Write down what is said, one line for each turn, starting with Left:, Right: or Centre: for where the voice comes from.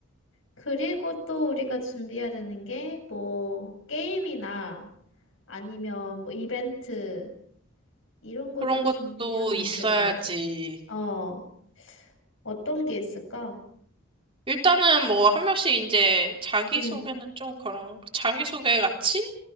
Left: 그리고 또 우리가 준비해야 되는 게 뭐 게임이나 아니면 뭐 이벤트 이런 거
Right: 그런
Left: 좀
Right: 것도
Left: 준비하면
Right: 있어야지.
Left: 좋을 것 같아. 어, 어떤 게 있을까?
Right: 일단은 뭐 한 명씩 이제 자기소개는
Left: 음,
Right: 좀 그런 자기소개 같이